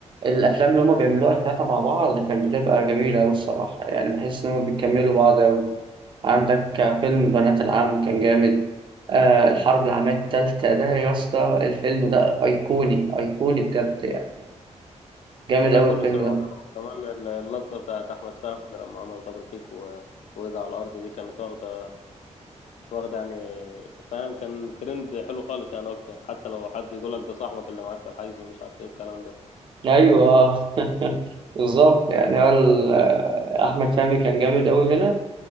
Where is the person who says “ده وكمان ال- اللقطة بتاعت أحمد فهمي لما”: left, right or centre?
Left